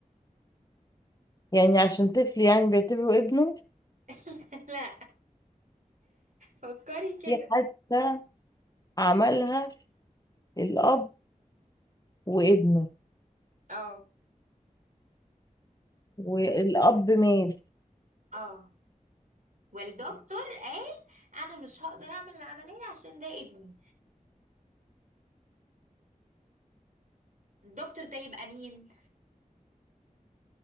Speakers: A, on the left; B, on the right.
A: يعني عشان طفل يعني بيعتبره ابنه
B: <laughs> لا فكري كده
A: في حادثة عملها الأب وابنه
B: اه
A: والأب مات
B: اه والدكتور قال انا مش هقدر اعمل العملية عشان ده ابني الدكتور ده يبقى مين